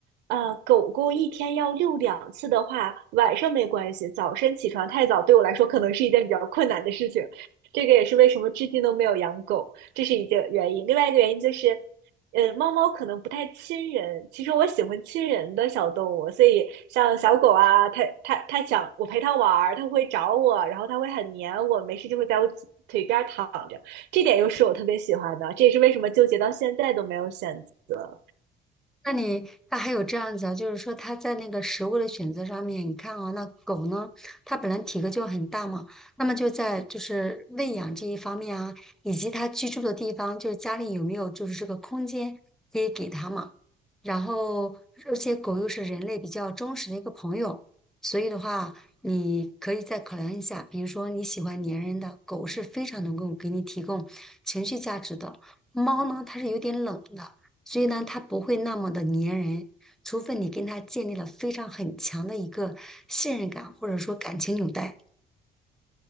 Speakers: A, on the right (about 85°); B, in the centre.
A: 呃，狗狗一天要遛两次的话，晚上没关系，早晨起床太早对我来说可能是一件比较困难的事情。这个也是为什么至今都没有养狗，这是一个原因。另外一个原因就是。呃，猫猫可能不太亲人，其实我喜欢亲人的小动物，所以像小狗啊，它它它想我陪它玩儿，它会找我，然后它会很黏我，没事就会在我腿腿边儿躺着，这点又是我特别喜欢的，这也是为什么纠结到现在都没有选择。
B: 那你那还有这样子啊，就是说它在那个食物的选择上面，你看啊，那狗呢，它本来体格就很大嘛，那么就在就是喂养这一方面啊，以及它居住的地方，就是家里有没有就是这个空间可以给它嘛。然后，而且狗又是人类比较忠实的一个朋友，所以的话，你可以再考量一下，比如说你喜欢粘人的狗是非常能够给你提供情绪价值的，猫呢它是有点冷的。所以呢，它不会那么的粘人，除非你跟他建立了非常很强的一个信任感，或者说感情纽带。